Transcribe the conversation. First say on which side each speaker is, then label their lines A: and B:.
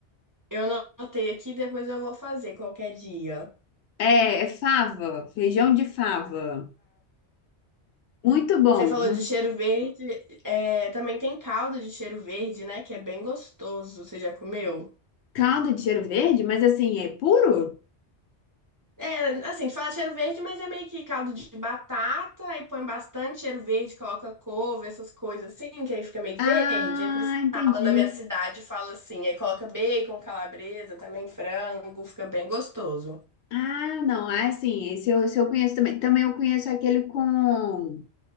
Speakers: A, on the right (about 25°); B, on the left (about 80°).
A: eu anotei aqui, depois eu vou fazer qualquer dia.
B: É, é fava, feijão de fava. Muito bom.
A: Você falou
B: Mu-
A: de cheiro verde, é, também tem caldo de cheiro verde, né? Que é bem gostoso. Você já comeu?
B: Caldo de cheiro verde, mas assim, é puro?
A: É, assim, fala cheiro verde, mas é meio que caldo de batata, aí põe bastante cheiro verde, coloca couve, essas coisas assim, que aí fica meio
B: Ah,
A: verde. Aí por isso que
B: entendi.
A: fala na minha cidade, fala assim, aí coloca bacon, calabresa, também frango, fica bem gostoso.
B: Ah, não, ah, assim, esse eu, esse eu conheço também. Também eu conheço aquele com